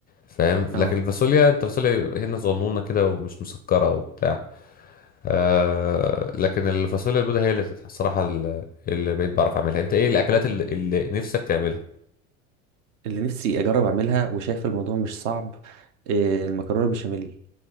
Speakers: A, on the left (about 25°); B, on the right (about 55°).
A: فاهم
B: اه
A: لكن الفاصوليا انت فاصوليا هنا صغنونه كده ومش مسكره وبتاع آه لكن الفاصوليا البيضاء هي اللي الصراحه اللي اللي بقيت بعرف اعملها انت ايه الاكلات اللي, اللي نفسك تعملها
B: اللي نفسي اجرب اعملها وشايف الموضوع مش صعب آه، المكرونه بشاميل